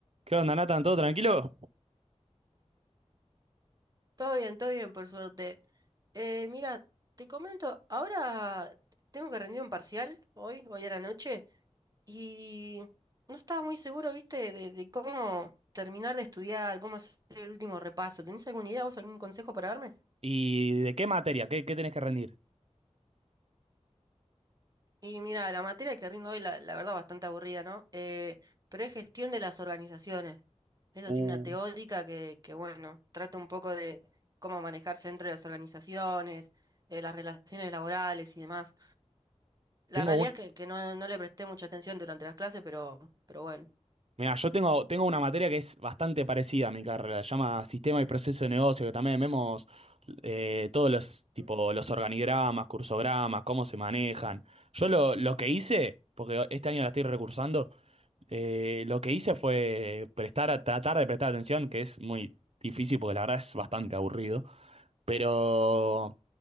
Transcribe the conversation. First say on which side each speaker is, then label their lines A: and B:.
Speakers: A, on the right (about 60°); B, on the right (about 35°).
A: ¿Qué onda, Nathan? ¿Todo tranquilo?
B: Todo bien, todo bien, por suerte. Eh, mira, te comento, ahora tengo que rendir un parcial hoy, hoy a la noche, y no estaba muy seguro, viste, de, de cómo terminar de estudiar, cómo hacer el último repaso. ¿Tenés alguna idea, vos, algún consejo para darme?
A: ¿Y de qué materia? ¿Qué, qué tenés que rendir?
B: Y mira, la materia que rindo hoy, la, la verdad, bastante aburrida, ¿no? Eh, pero es gestión de las organizaciones. Es
A: Uh,
B: así una teórica que, que, bueno, trata un poco de cómo manejarse dentro de las organizaciones, eh, las relaciones laborales y demás. La
A: tengo
B: realidad
A: un...
B: es que, que no, no le presté mucha atención durante las clases, pero, pero bueno.
A: Mira, yo tengo, tengo una materia que es bastante parecida a mi carrera. Se llama Sistema y Proceso de Negocio, que también vemos eh, todos los, tipo,
B: Mm,
A: los organigramas, cursogramas, cómo se manejan. Yo lo, lo que hice, porque este año la estoy recursando, eh, lo que hice fue prestar, a- tratar de prestar atención, que es muy difícil porque la verdad es bastante aburrido. Pero